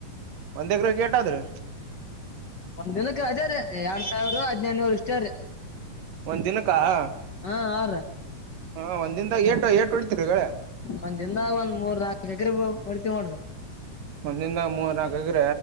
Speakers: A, on the right; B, on the left.
A: ಒಂದ ಎಕರೆ ಏಟಾದ್ರಿ
B: ಒಂದಿನಕ್ಕೆ ಅದೇ ರ ಎರಡ್ ಸಾವಿರ ಹದಿನೈದು ನೂರು ಇಷ್ಟ ರೀ
A: ಒಂದ್ ದಿನಕ್ಕ ಹಾ
B: ಹಾ ಅವ್ರ
A: ಹಾ ಒಂದಿನದಾಗ ಏಟು ಏಟು ಹೊಡಿತೀರಿ ಗಳೇ
B: ಒಂದ್ ದಿನದ ಒಂದ್ ಮೂರ್ ನಾಲ್ಕು ಎಕರೆ ಹೊಡಿತೀವಿ ನೋಡ್ರಿ
A: ಮುಂದಿಂದ ಮೂರ್ ನಾಕು ಆಗುತ್ತಾ